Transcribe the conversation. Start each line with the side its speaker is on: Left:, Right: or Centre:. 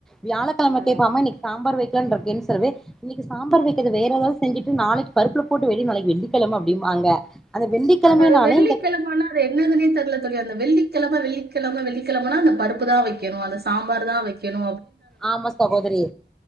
Centre: வியாழக்கழமகேப்ப
Right: ஆ.
Centre: அம்மா இன்னைக் சாம்பார் வெக்கலானு ட்ருக்கேன் சொல்லவே இன்னைக்கு சாம்பார் வெக்காத வேற எதாது செஞ்சிட் நாளைக்கு பருப்புல போட்டு வையி நாளைக்கு வெள்ளிக்கெழம அப்டிம்பாங்க அந்த வெள்ளிக்கிழமைனாலே
Right: ஆன அது வெள்ளிக்கெழமனா
Centre: இந்த
Right: அது என்னதுன்னே தெர்ல தோழி அந்த வெள்ளி கெழம வெள்ளிக்கெழம வெள்ளிக்கெழமனா அந்த பருப்பு தா வைக்கணு அந்த சாம்பார் தா வைக்கணு
Centre: ஆமா சகோதரி